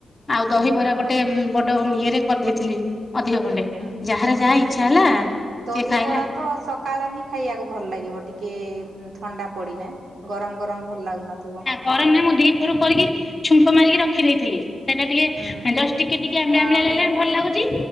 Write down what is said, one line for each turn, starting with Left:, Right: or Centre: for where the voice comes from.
Left: ଆଉ
Right: ହୁଁ
Left: ଦହିବରା
Right: ହୁଁ
Left: ଗୋଟେ ବଡ ଇଏରେ କରିଦେଇଥିଲି ଅଧିକ ଖଣ୍ଡେ।
Right: ହୁଁ
Left: ଯାହାର
Right: ହୁଁ।
Left: ଯାହା ଇଚ୍ଛା ହେଲା
Right: ଦହିବରା
Left: ସେ ଖାଇଲା।
Right: ତ ସକାଳେ ହିଁ ଖାଇବାକୁ ଭଲ ଲାଗିବ ଟିକେ ଥଣ୍ଡା ପଡିଲା ଗରମ୍ ଗରମ୍ ଭଲ୍ ଲାଗୁନଥିବ।
Left: ଗରମ୍ ରେ ମୁଁ ଦି ପହରୁ କରିକି ଛୁଙ୍କ ମାରିକି ରଖିଦେଇଥିଲି। ସେଇଟା ଟିକେ
Right: ହୁଁ
Left: ଜଷ୍ଟ୍ ଟିକେ ଟିକେ ଆମ୍ଳିଆ
Right: ଆ
Left: ଆମ୍ଳିଆ ଲାଗିଲାଣି ଭଲ ଲାଗୁଚି